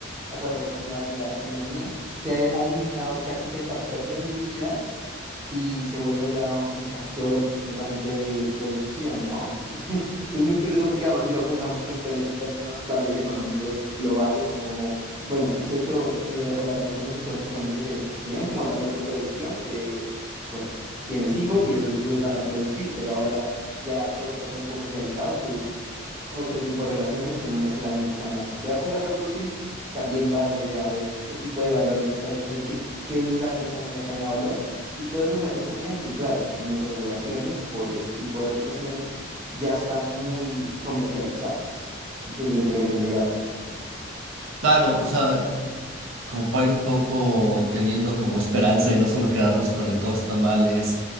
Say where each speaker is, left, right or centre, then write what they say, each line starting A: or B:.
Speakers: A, on the right; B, on the right.
A: ha estado relacionado con la economía, se ha eliminado casi que el factor de la intimidad y se vuelve ya un factor netamente de producción, ¿no? Y <laughs> es muy curioso porque además si lo pensamos con- en términos tal vez económicos globales, es como, bueno, el sexo eh, o las relaciones sexuales usualmente se veían como el valor de producción de, bueno, tienes hijos y esos hijos van a producir, pero ahora ya todo está tan comercializado que otro tipo de relaciones que no necesariamente están asociadas a la reproducción, también van a la idea de qué tipo de valor, o, eh, qué, qué lugar te pongo en la cadena de valor. Y todo eso se resume en que, claro, nuestras relaciones por este tipo de aplicaciones ya están muy comercializadas desde entre lo inmediato.
B: Claro, o sea, como para ir un poco teniendo como esperanza y no solo quedarnos con el todo está mal, es,